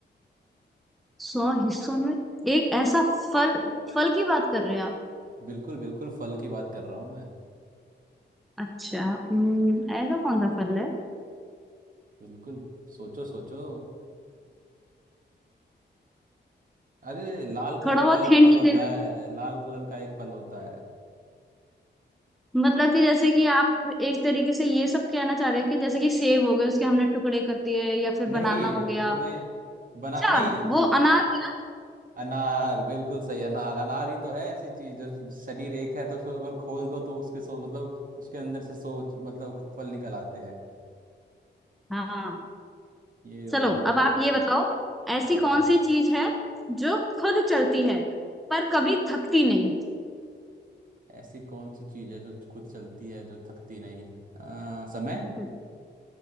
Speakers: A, in the centre; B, on the right.
A: सौ हिस्सों में एक ऐसा फल फल की बात कर रहे हो आप
B: बिल्कुल बिल्कुल फल की बात कर रहा हूँ
A: अच्छा हम्म, ऐसा कौन सा फल है
B: बिल्कुल सोचो सोचो अरे लाल कलर
A: थोड़ा बहुत
B: का एक
A: हिंट
B: फल होता
A: दे दो
B: है लाल कलर का एक फल होता है
A: मतलब कि जैसे कि आप एक तरीके से ये सब कहना चाह रहे हो कि जैसे कि सेब हो गए उसके हमने टुकड़े कर दिए या फिर
B: नहीं
A: बनाना हो गया
B: तुम्हें बना
A: अच्छा
B: नहीं तो
A: वो अनार है
B: अनार बिल्कुल सही अनार अनार ही तो है ऐसी चीज जो शरीर एक है तो उसको अगर खोल दो तो उसके सो मतलब उसके अंदर से सो मतलब फल निकल आते हैं
A: ना? हाँ
B: ये वही
A: चलो
B: बात
A: अब आप
B: है।
A: ये बताओ ऐसी
B: हाँ
A: कौन
B: हाँ
A: सी चीज है जो खुद चलती है पर कभी थकती नहीं
B: ऐसी कौन सी चीज है जो खुद चलती है जो थकती नहीं आ, समय
A: हम्म,